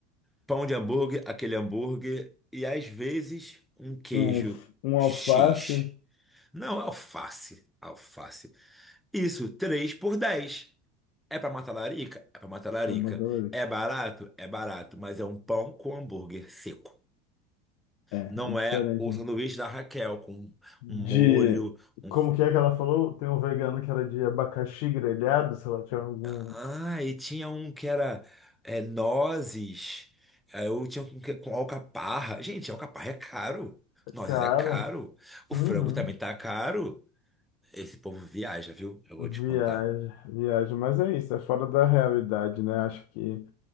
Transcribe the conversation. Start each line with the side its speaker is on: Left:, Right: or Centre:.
Centre: Pão de hambúrguer, aquele hambúrguer e às vezes um queijo
Left: Um, alf- um
Centre: X.
Left: alface,
Centre: Não, alface, alface. Isso, 3 por dez É pra matar larica? É pra matar larica.
Left: é mandalorica,
Centre: É barato? É barato, mas é um pão com hambúrguer seco.
Left: é,
Centre: Não
Left: é diferente
Centre: é o sanduíche da Raquel, com
Left: de,
Centre: um molho, um...
Left: como que é que ela falou? Tem um vegano que era de abacaxi grelhado, sei lá, tinha algum,
Centre: Ah, e tinha um que era é, nozes, aí eu tinha um que com alcaparra. Gente, alcaparra é caro, nozes
Left: cara...
Centre: é caro, o
Left: Uhum.
Centre: frango também tá caro. Esse povo viaja, viu? Eu vou
Left: Viagem,
Centre: te contar.
Left: viagem, mas é isso, é fora da realidade, né? Acho que